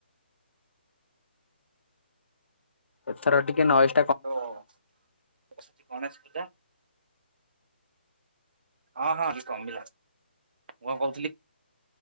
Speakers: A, on the left; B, on the right.
A: ଏଥର ଟିକେ ନଈ
B: ତ ବସୁଚି ଗଣେଶ ପୂଜା। ହଁ ହଁ ଅଭି କମିଲା, ମୁଁ କଣ କହୁଥିଲି କି